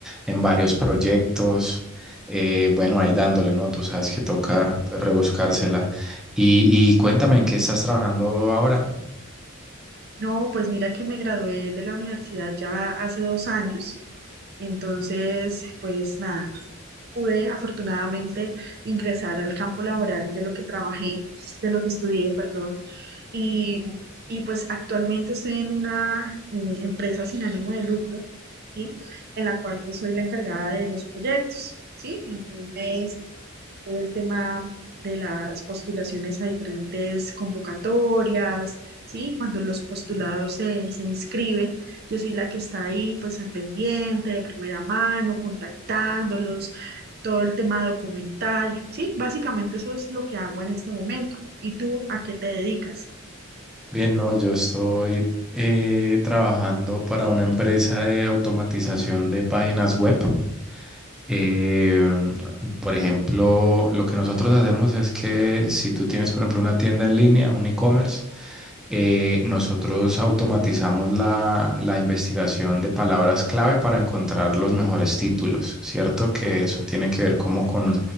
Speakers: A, in the centre; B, on the right.
A: en varios proyectos. Eh, bueno, ahí dándole, ¿no? Tú sabes que toca pues, rebuscársela. Y, y cuéntame, ¿en qué estás trabajando ahora?
B: No, pues mira que me gradué de la universidad ya hace dos años. Entonces, pues nada, pude afortunadamente ingresar al campo laboral de lo que trabajé, de lo que estudié, perdón. Y, y pues actualmente estoy en una eh, empresa sin ánimo de lucro, ¿sí? En la cual pues soy la encargada de los proyectos, ¿sí? Entonces, todo el tema de las postulaciones a diferentes convocatorias, ¿sí? Cuando los postulados se, se inscriben, yo soy la que está ahí pues al pendiente, de primera mano, contactándolos, todo el tema documental, ¿sí? Básicamente eso es lo que hago en este momento. ¿Y tú a qué te dedicas?
A: Bien, no, yo estoy eh, trabajando para una empresa de automatización de páginas web. Eh, por ejemplo, lo que nosotros hacemos es que si tú tienes, por ejemplo, una tienda en línea, un e-commerce, eh, nosotros automatizamos la, la investigación de palabras clave para encontrar los mejores títulos, ¿cierto? Que eso tiene que ver como con